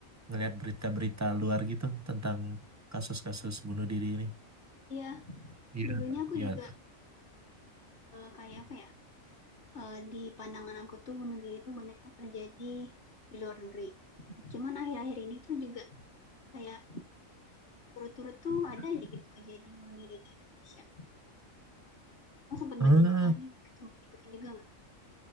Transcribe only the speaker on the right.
ngelihat berita-berita luar gitu tentang kasus-kasus bunuh diri ini.
Iya,
tuh,
iya
tuh.
Ah,